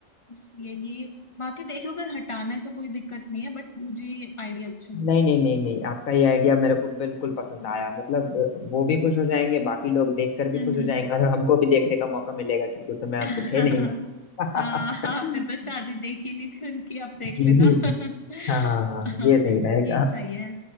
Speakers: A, on the left (about 30°); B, on the left (about 85°).
A: इसलिए ये बाकी देख लो अगर हटाना है तो कोई दिक्कत नहीं है बट मुझे ये आइडिया अच्छा लगता
B: नहीं नहीं नहीं नहीं आपका ये आइडिया मेरे को बिल्कुल पसंद आया मतलब अ, वो भी खुश हो जाएंगे बाकी लोग देखकर भी
A: है।
B: खुश
A: हम्म
B: हो जाएंगे और हमको भी देखने का मौका मिलेगा क्योंकि उस समय हम
A: है
B: तो थे नहीं
A: <laughs>
B: <laughs>
A: हाँ आपने तो शादी देखी नहीं थी उनकी आप देख
B: जी
A: लेना <laughs>
B: हाँ ये सही रहेगा
A: ये सही है